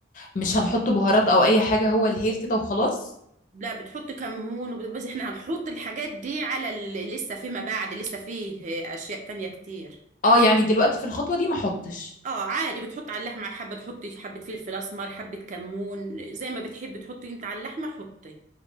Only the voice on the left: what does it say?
مش هنحط بهارات او اي حاجه هو الهيل كده وخلاص
اه يعني دلوقتي في الخطوه دي ما احطش